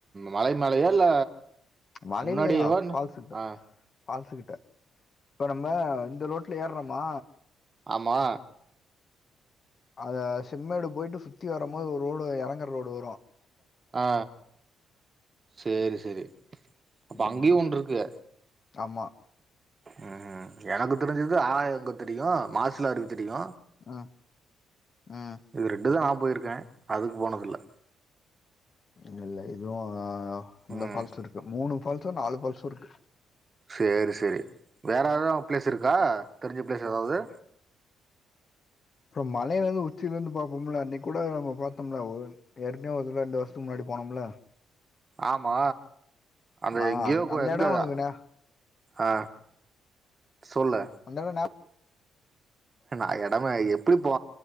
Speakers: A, on the right; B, on the left.
A: மலைமேலயா இல்ல
B: மலைலே
A: முன்னாடியேவா
B: தா
A: என்ன
B: ஃபால்ஸுகிட்ட
A: ஆ
B: ஃபால்ஸு கிட்ட இப்ப நம்ப இந்த ரோட்ல ஏர்றமா
A: ஆமா
B: அத செம்மேடு போய்ட்டு சுத்தி வரம்போது ஒரு ரோடு எறங்ற ரோடு வரு
A: ஆ சேரி சேரி அப்ப
B: ம்.
A: அங்கயு ஒன்ட்ருக்கு
B: ஆமா
A: ம் எனக்கு தெரிஞ்சது ஆகாய கங்க தெரியு மாசிலா அருவி தெரியு
B: ம் ம்
A: இது ரெண்டு தா நா போய்ருக்கே அதுக்கு போனதில்ல
B: இல்லெல்ல இதுவு இந்த
A: ம்
B: ஃபால்ஸுருக்கு மூனு ஃபால்ஸோ நாலு ஃபால்ஸோருக்கு
A: சேரி சேரி வேற எது அங்க பிளேஸிருக்கா தெரிஞ்ச பிளேஸ் எதாவ்து
B: அப்றோ மலைலெந்து உச்சிலெந்து பாப்போம்ல அன்னைக் கூட நம்ம பாத்தோம்ல ஒ ஏற்கனே ஒரு தடவ ரெண்டு வர்ஷத்துக்கு முன்னாடி போனம்ல
A: ஆமா அந்த
B: ஆ
A: எங்கியோ கோ
B: அந்த
A: எங்கதா
B: இடம் உனக்கு ஞா
A: ஆ சொல்லு
B: அந் <unintelligible>
A: நா எடமா எப்டி போ